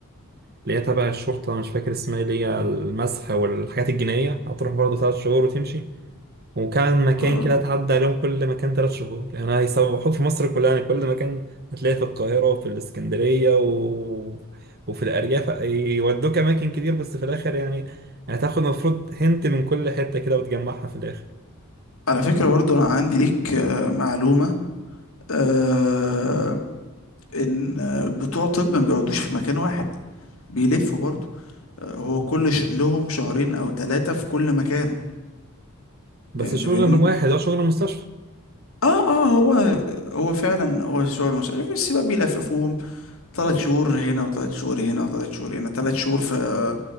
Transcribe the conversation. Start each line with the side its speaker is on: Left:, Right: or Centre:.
Right: اللي هي تبع الشرطة مش فاكر اسمها إيه، اللي هي المسح والحاجات الجنائية هتروح برضه تلات شهور وتمشي وكان مكان
Left: آه،
Right: كده تعدى عليهم كل مكان تلات شهور يعني هيسوحوك في مصر كلها يعني كل مكان هتلاقي في القاهرة وفي الإسكندرية و... وفي الأرياف يودوك أماكن كتير بس في الآخر يعني هتاخد المفروض هنت من كل حتة كده وتجمعها في الآخر
Left: على فكرة برضو انا عندي ليك آه، معلومة آه، ان آه، بتوع طب ما بيقعدوش في مكان واحد بيلفوا برضو هو كل ش... لهم شهرين او ثلاثة في كل مكان
Right: بس
Left: يعني انت
Right: شغل
Left: فاهمني
Right: واحد هو شغل مستشفى
Left: اه اه هو هو فعلا هو شغل مش عارف بس بقى بيلففوهم ثلاث شهور هنا وثلاث شهور هنا وثلاث شهور هنا ثلاث شهور في